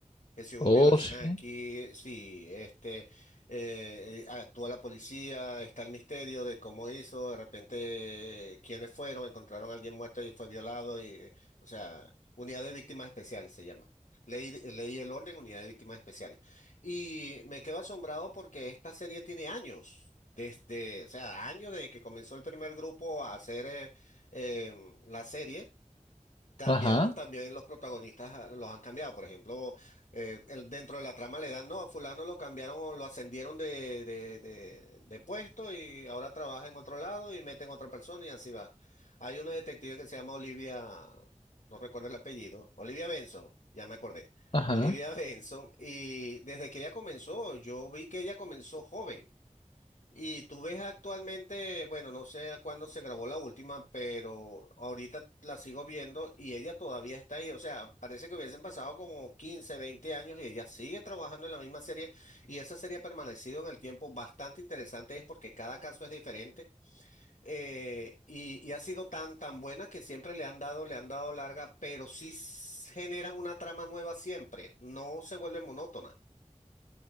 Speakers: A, on the left; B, on the left.
A: Que si hubo
B: Oh,
A: violaciones
B: sí.
A: aquí, sí, este, eh, eh, actúa la policía, está el misterio de cómo hizo, de repente eh, quiénes fueron, encontraron a alguien muerto y fue violado, y, eh, o sea, unidad de víctimas especiales se llama. Ley, de- ley y el orden, unidad de víctimas especiales. Y me quedo asombrado porque esta serie tiene años, desde, o sea, años desde que comenzó el primer grupo a hacer eh, em, la serie cambiaron
B: Ajá.
A: también los protagonistas, ah, los han cambiado. Por ejemplo, eh, el- dentro de la trama le dan, no, a fulano lo cambiaron o lo ascendieron de, de, de, de puesto y ahora trabaja en otro lado y meten otra persona y así va. Hay una detective que se llama Olivia, no recuerdo el apellido, Olivia Benson, ya me acordé.
B: Ajá.
A: Olivia <laughs> Benson, y desde que ella comenzó, yo vi que ella comenzó joven. Y tú ves actualmente, bueno, no sé a cuándo se grabó la última, pero ahorita la sigo viendo y ella todavía está ahí. O sea, parece que hubiesen pasado como 15, 20 años y ella sigue trabajando en la misma serie y esa serie ha permanecido en el tiempo. Bastante interesante es porque cada caso es diferente eh, y, y ha sido tan, tan buena que siempre le han dado, le han dado larga, pero sí s- generan una trama nueva siempre, no se vuelve monótona.